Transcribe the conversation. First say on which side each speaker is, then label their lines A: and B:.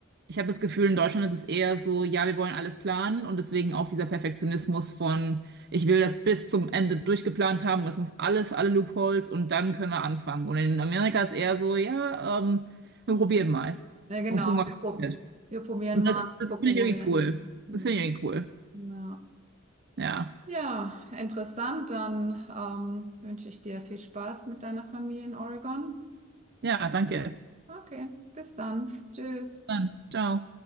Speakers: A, on the right; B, on the right.
A: Ich habe das Gefühl, in Deutschland ist es eher so, ja, wir wollen alles planen und deswegen auch dieser Perfektionismus von, ich will das bis zum Ende durchgeplant haben, es muss alles, alle Loopholes und dann können wir anfangen. Und in Amerika ist eher so, ja, ähm, wir probieren mal
B: Ja, genau,
A: und gucken, was
B: wir, prob-
A: passiert.
B: wir probieren
A: Und
B: mal,
A: das, das
B: gucken,
A: finde ich
B: wo
A: irgendwie
B: wir da hinkommen.
A: cool. Das finde ich irgendwie cool.
B: Mhm. Ja.
A: Ja.
B: Ja, interessant. Dann ähm, wünsche ich dir viel Spaß mit deiner Familie in Oregon.
A: Ja, danke.
B: Okay, bis dann. Tschüss.
A: Bis dann. Ciao.